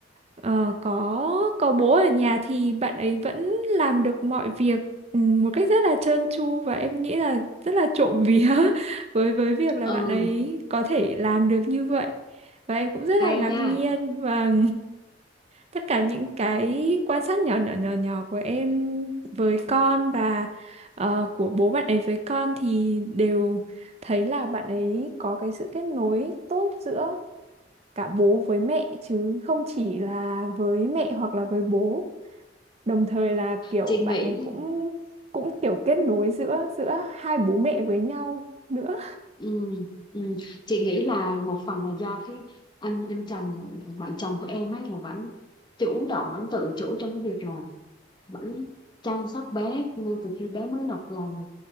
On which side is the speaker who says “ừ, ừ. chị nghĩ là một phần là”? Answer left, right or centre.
Left